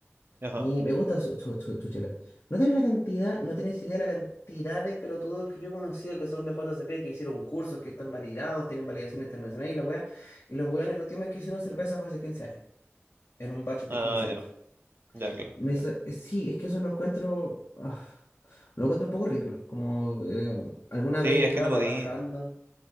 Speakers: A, on the right; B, on the left.
A: ajá.
B: y me gusta su, su, su- su chela. No tienes la cantidad, no tienes idea de la cantidad de pelotudos que yo he conocido que son BJCP, que hicieron cursos, que están validados, tienen validación internacional y la wea, y los weones la última vez que hicieron cerveza fue hace 15 años, en un batch de
A: Ah,
B: 15 litros.
A: ya, ya, claro,
B: Me
A: ya.
B: dice, eh, sí, es que eso lo encuentro, ah, lo encuentro un poco ridículo. Como eh, alguna
A: Sí,
B: vez
A: es
B: yo estaba
A: que no podía.
B: trabajando.